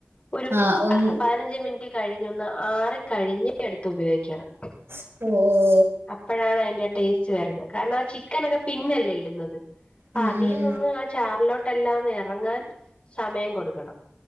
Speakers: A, on the left (about 30°); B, on the right (about 85°).
A: ഒരു
B: ആ ഒന്ന്
A: പ പയ്നഞ്ച് മിൻറ്റ് കഴിഞ്ഞൊന്ന് ആറി കഴിഞ് എട്ത്ത് ഉപയോഗിക്യണം
B: <unintelligible>
A: അപ്പഴാണയ്ന്റെ ടേസ്റ്റ് വര്ന്ന് കാര്ണാ ചിക്കനൊക്കെ പിന്നല്ലേ ഇട്ന്നത്
B: ഉം
A: അതീനൊന്ന്
B: ഉം
A: ആഹ് ചാർലോട്ടെല്ലാംന്നി റങ്ങാൻ സമയം കൊട്ക്കണം